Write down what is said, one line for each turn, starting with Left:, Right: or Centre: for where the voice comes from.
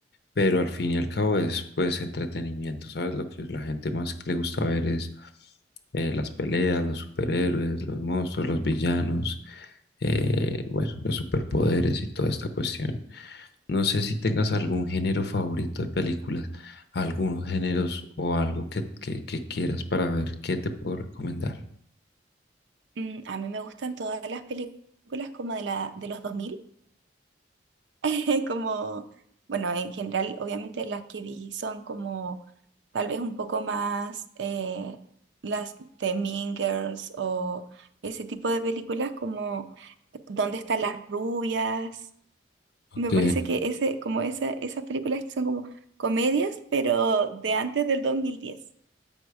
Left: pero al fin y al cabo es, pues, entretenimiento, ¿sabes? Lo que la gente más que le gusta ver es eh, las peleas, los superhéroes, los monstruos, los villanos, eh, bueno, los superpoderes y toda esta cuestión. No sé si tengas algún género favorito de películas, algunos géneros o algo que, que, que quieras para ver qué te puedo recomendar.
Right: Mm, a mí me gustan todas las películas como de la, de los dos mil <laughs> como, bueno, en general, obviamente las que vi son como tal vez un poco más eh, las de Mean Girls o ese tipo de películas como ¿Dónde están las rubias?
Left: Ok,
Right: Me parece que ese, como esa, esas películas que son como comedias, pero de antes del dos mil diez